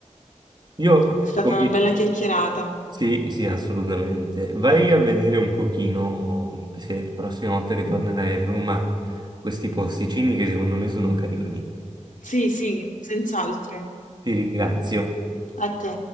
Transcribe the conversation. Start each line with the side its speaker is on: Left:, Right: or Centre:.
Right: Io,
Left: È stata
Right: come-
Left: una bella chiacchierata.
Right: sì, sì, assolutamente. Vai a vedere un pochino, se la prossima volta che tornerai a Roma, questi posticini che secondo me sono carini.
Left: Sì, sì, senz'altro.
Right: Ti ringrazio.
Left: A te.